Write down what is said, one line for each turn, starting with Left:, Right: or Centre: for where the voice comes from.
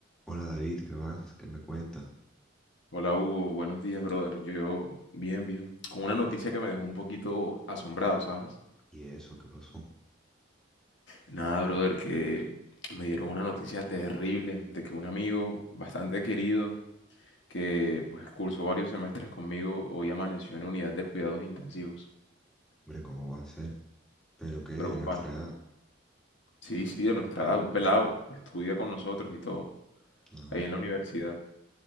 Centre: Hola David, ¿qué vas? ¿Qué me cuentas?
Left: Hola Hugo, buenos días, brother. Yo, bien, bien. Con una noticia que me dejó un poquito asombrado, ¿sabes?
Centre: ¿Y eso qué pasó?
Left: Nada, brother, que me dieron una noticia terrible de que un amigo bastante querido, que pues cursó varios semestres conmigo, hoy amaneció en unidad de cuidados intensivos.
Centre: Hombre, ¿cómo va a ser? ¿Pero qué? ¿De
Left: Preocupante.
Centre: nuestra edad?
Left: Sí, sí, de nuestra edad, un pelado. Estudia con nosotros y todo,
Centre: No.
Left: ahí en la universidad.